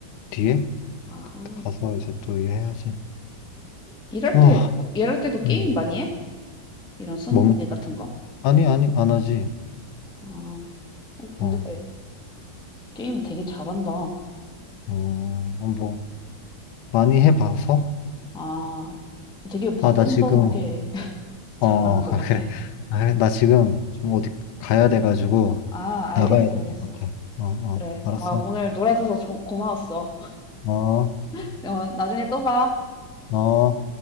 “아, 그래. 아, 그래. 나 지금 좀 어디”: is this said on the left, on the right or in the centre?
Left